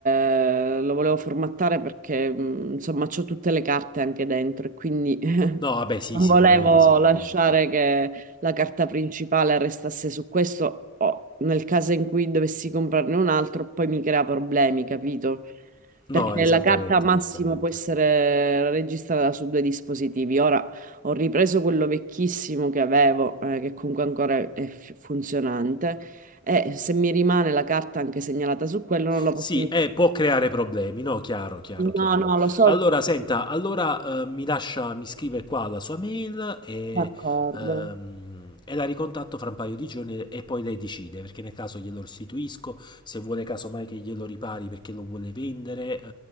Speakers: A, on the right; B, on the left.
A: eh, lo volevo formattare perché mh, insomma c'ho tutte le carte anche dentro e quindi
B: No, vabbè, sì,
A: non
B: sicuramente,
A: volevo
B: sicuramente.
A: lasciare che la carta principale restasse su questo, o nel caso in cui dovessi comprarne un altro, poi mi crea problemi, capito? Perché
B: No, esattamente,
A: la carta massimo
B: esattamente.
A: può essere registrata su due dispositivi. Ora ho ripreso quello vecchissimo che avevo, eh, che comunque ancora è f- funzionante, e se mi rimane la carta anche segnalata su quello, non la
B: Sì,
A: posso.
B: eh, può creare problemi, no? Chiaro, chiaro,
A: No,
B: chiaro.
A: no, lo so,
B: Allora,
A: il
B: senta, allora eh, mi lascia, mi scrive qua la sua mail e,
A: d'accordo.
B: ehm, e la ricontatto fra un paio di giorni e poi lei decide, perché nel caso glielo restituisco, se vuole casomai che glielo ripari perché lo vuole vendere eh,